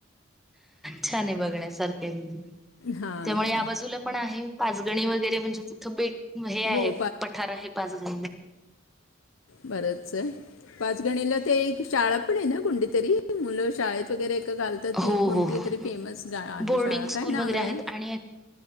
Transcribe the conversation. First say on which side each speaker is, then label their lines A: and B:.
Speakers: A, in the centre; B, on the left (about 75°).
A: छान आहे बघण्यासारखं
B: हां
A: त्यामुळे
B: ना
A: या बाजूला पण आहे पाचगणी वगैरे म्हणजे तिथं बेट हे आहे
B: हो
A: पठार आहे पाचग
B: बरच आहे पाच गणीला ते एक शाळा पण आहे ना कुडीतरी? मुलं शाळेत वगैरे एक घालतात ती
A: हो,
B: कोणती
A: हो, हो.
B: तरी फेमस गा आहे
A: बोर्डिंग
B: शाळा
A: स्कूल
B: काय नाव
A: वगैरे
B: आहे.
A: आहेत आणि